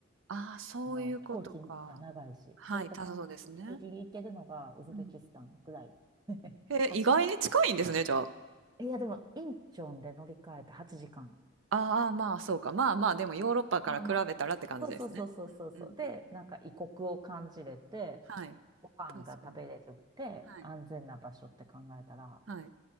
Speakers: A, on the right; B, on the right.
A: ああ、そういうことか。
B: あの、飛行機が長いし、
A: はい、
B: そうやって韓国ギリギリ行けるのがウズベキスタンぐらい。
A: たそうですね。うん。
B: <laughs>
A: へえ、意外に近いんですね、
B: 橋
A: じゃあ。
B: えいや、でも、インチョンで乗り換えて8時間。
A: ああ、まあ、そうか。まあまあ、でもヨーロッパから比べたらって感じですね。
B: まあまあ。そうそうそうそうそうそう。
A: うんうんうんうん。
B: で、なんか異国を感じれて、
A: はい。
B: ご飯が食べれるって安全な場所って考えたら、
A: 確かに。はい。はい。